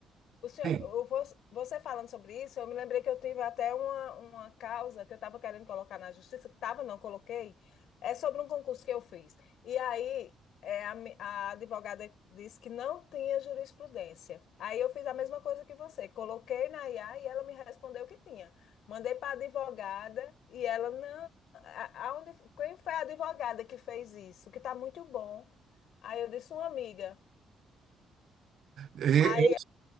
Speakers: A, on the left; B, on the right.
A: O senhor,
B: sim,
A: eu vou- você falando sobre isso, eu me lembrei que eu tive até uma, uma causa que eu estava querendo colocar na justiça, que estava, não coloquei, é sobre um concurso que eu fiz. E aí é, a, mi- a advogada disse que não tinha jurisprudência. Aí eu fiz a mesma coisa que você, coloquei na IA e ela me respondeu que tinha. Mandei para a advogada e ela não. a- Aonde, quem foi a advogada que fez isso? Que está muito bom. Aí eu disse, uma amiga.
B: É,
A: Aí
B: é,